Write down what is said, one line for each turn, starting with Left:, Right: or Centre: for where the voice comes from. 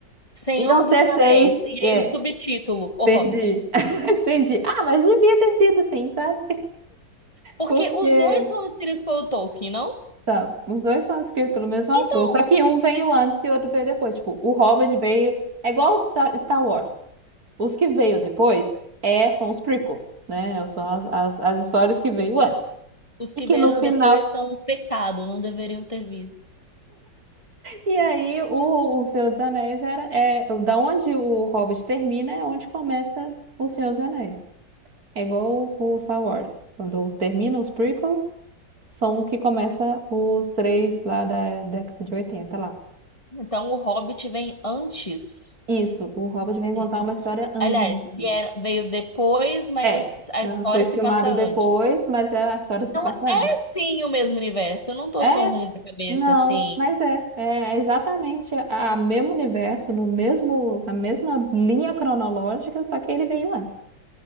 Left: Senhor
Right: Iam
Left: dos
Right: ser
Left: Anéis.
Right: seis.
Left: E
Right: É,
Left: aí o subtítulo, O
Right: entendi.
Left: Hobbit.
Right: <laughs> Entendi. Ah, mas devia ter sido sim, sabe?
Left: Porque
Right: Porque
Left: os dois são escritos pelo Tolkien, não?
Right: Tá, os dois são escritos pelo mesmo autor,
Left: Então.
Right: só que um veio antes e outro veio depois. Tipo, o Hobbit veio. É igual o Sa- Star Wars. Os que veio depois é, são os prequels, né? São as, as, as histórias que veio antes.
Left: Os
Right: E
Left: que
Right: que
Left: vieram
Right: no final.
Left: depois
Right: <laughs>
Left: são um pecado, não deveriam ter vindo.
Right: E aí, o, o Senhor dos Anéis era. É, da onde o Hobbit termina é onde começa o Senhor dos Anéis. É igual o, o Star Wars. Quando termina os prequels, são o que começa os três lá da década de 80 lá.
Left: Então o Hobbit vem antes.
Right: Isso, o Hobbit vem contar
Left: Entendi.
Right: uma história antes.
Left: Aliás, vieram, veio depois, mas
Right: É,
Left: a
Right: ela
Left: história
Right: foi
Left: se
Right: filmado
Left: passa
Right: depois,
Left: antes.
Right: mas é- a história se
Left: Então
Right: passa
Left: é
Right: antes.
Left: sim o mesmo universo. Eu não tô
Right: É,
Left: tão ruim da cabeça
Right: não,
Left: assim.
Right: mas é, é é exatamente a, a mesmo universo, no mesmo, na mesma linha cronológica, só que ele veio antes.